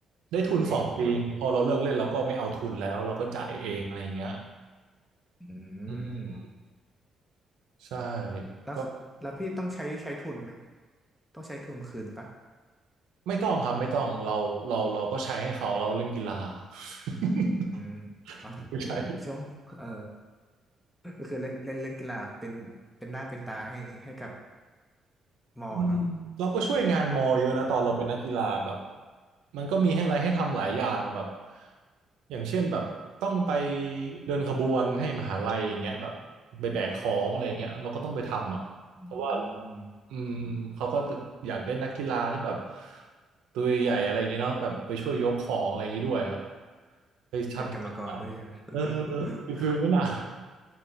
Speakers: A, on the right (about 85°); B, in the centre.
A: ได้ทุนสองปีพอเราเลิกเล่นเราก็ไม่เอาทุนแล้วเราก็จ่ายเองอะไรอย่างเงี้ย
B: เก่งวะอื
A: อืม
B: ม
A: ใช่
B: แล้วคือแล้วพี่ต้องใช้ใช้ทุนไหม
A: ก็
B: ต้องใช้ทุนคืนปะ
A: ไม่ต้องครับไม่ต้องเราเราเราก็ใช้ให้เขาเราเล่นกีฬา <laughs>
B: อืม <laughs> ครับ
A: ไม่ใช่
B: <laughs> ช่วงเออก็คือเล่นเล่นเล่นกีฬาเป็นเป็นหน้าเป็นตาให้ให้กับมอเนาะ
A: อืมเราก็ช่วยงานมอเยอะนะตอนเราเป็นนักกีฬาแบบมันก็มีให้อะไรให้ทำหลายอย่างแบบอย่างเช่นแบบต้องไปเดินขบวนให้มหาลัยอย่างเงี้ยแบบไปแบกของอะไรเงี้ยเราก็ต้องไปทำอ่ะเพราะว่า
B: อืม
A: อืมเขาก็จะอยากได้นักกีฬาที่แบบตัวใหญ่อะไรอย่างเงี้ยเนาะแบบไปช่วยยกของอะไรอย่างงี้ด้วยอ่ะไปทำกิจกรรมเออ
B: เป็นกรรมกรด้วยใช่ไหม <laughs>
A: ฟิลนั้นอ่ะ